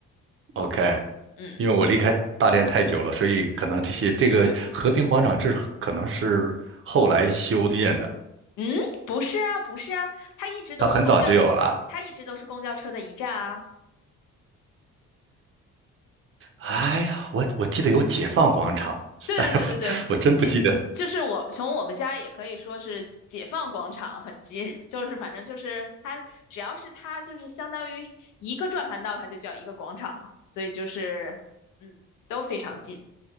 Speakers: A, on the right; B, on the left.
A: ，OK。
B: 嗯。
A: 因为我离开大连太久了，所以可能这些这个和平广场这是可能是后来修建的，
B: 嗯，不是啊，不是啊，它一直都是公交车，
A: 它很早就有了。
B: 它一直都是公交车的一站啊。
A: 哎呀，我我记得有解放广场，
B: 对对对对对，
A: 但是我 <laughs> 我真不记得。
B: 解就是我从我们家也可以说是解放广场很近，<laughs> 就是反正就是它只要是它就是相当于一个转盘道，它就叫一个广场嘛，所以就是嗯都非常近。